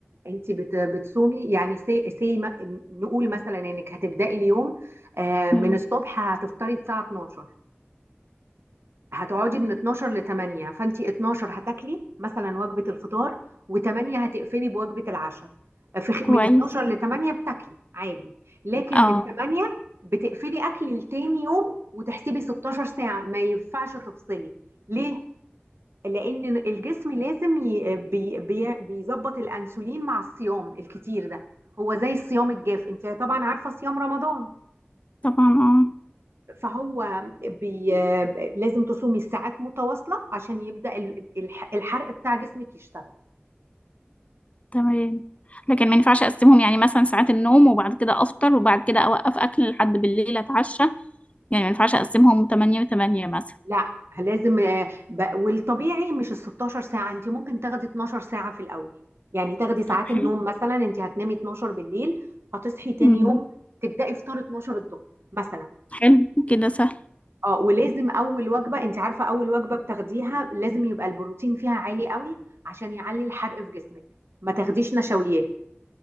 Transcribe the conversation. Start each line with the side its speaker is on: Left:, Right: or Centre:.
Right: انت بت- بتصومي يعني سي, سي ما- نقول مثلا انك هتبداي اليوم آه، من
Left: مم.
Right: الصبح هتفطري الساعه 12 هتقعدي من 12 ل 8 فانت 12 هتاكلي مثلا وجبه الفطار و8 هتقفلي بوجبه العشاء في خ-
Left: كويس
Right: من 12 ل 8 بتاكلي عادي لكن
Left: اه
Right: من 8 بتقفلي اكل لتاني يوم وتحسبي 16 ساعه ما ينفعش تفصلي ليه؟ لان الجسم لازم ي- بي- بي- بيظبط الانسولين مع الصيام الكتير ده هو زي الصيام الجاف انت طبعا عارفه صيام رمضان
Left: طبعا اه
Right: فهو بي... لازم تصومي الساعات متواصلة عشان يبدأ ال- الح- الحرق بتاع جسمك يشتغل
Left: تمام لكن ما ينفعش اقسمهم يعني مثلا ساعات النوم وبعد كده افطر وبعد كده اوقف اكل لحد بالليل اتعشى يعني ما ينفعش اقسمهم 8 و8 مثلا
Right: لا لازم آه، ب- والطبيعي مش ال 16 ساعة انت ممكن تاخدي 12 ساعة في الأول يعني تاخدي ساعات
Left: طب حلو
Right: النوم مثلا انت هتنامي 12 بالليل هتصحي تاني
Left: امم
Right: يوم تبدأي فطار 12 الظهر مثلا
Left: حلو كده سهل
Right: اه ولازم أول وجبة انت عارفة أول وجبة بتاخديها لازم يبقى البروتين فيها عالي قوي عشان يعلي الحرق في جسمك ما تاخديش نشويات